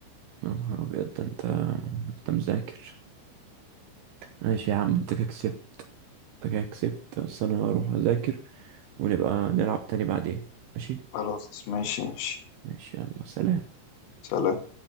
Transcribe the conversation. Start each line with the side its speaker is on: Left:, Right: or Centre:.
Right: يا نهار أبيض ده أنت أنت مذاكر ماشي يا عم أنت كده كسبت أنت كده كسبت بس أنا هروح أذاكر ونبقى نلعب تاني بعدين ماشي؟
Left: خلاص ماشي ماشي
Right: ماشي يلا سلام
Left: سلام